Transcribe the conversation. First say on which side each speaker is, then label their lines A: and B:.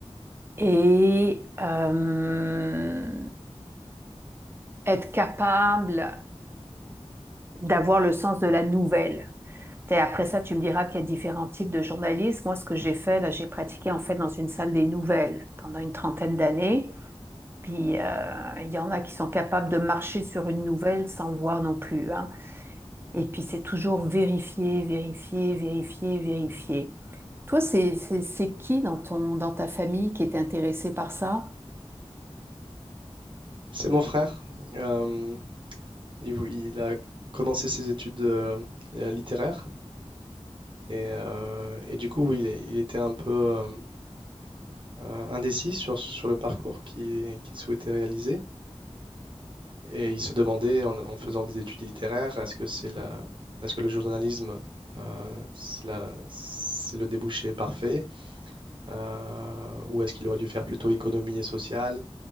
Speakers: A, on the right; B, on the right.
A: et euh, être capable d'avoir le sens de la nouvelle. T'es- après ça, tu me diras qu'il y a différents types de journalisme. Moi, ce que j'ai fait, là, j'ai pratiqué en fait dans une salle des nouvelles pendant une trentaine d'années. Puis, euh, il y en a qui sont capables de marcher sur une nouvelle sans le voir non plus, hein. Et puis, c'est toujours vérifier, vérifier, vérifier, vérifier. Toi, c'est, c'est, c'est qui dans ton, dans ta famille qui est intéressé par ça?
B: C'est mon frère. Euh, il, il a commencé ses études euh, littéraires et, euh, et du coup, oui, il, est- il était un peu euh, euh, indécis sur, sur le parcours qu'il qu'il souhaitait réaliser. Et il se demandait, en, en faisant des études littéraires, est-ce que c'est la, est-ce que le journalisme, euh, c'est la, c'est le débouché parfait? euh, ou est-ce qu'il aurait dû faire plutôt économie et sociale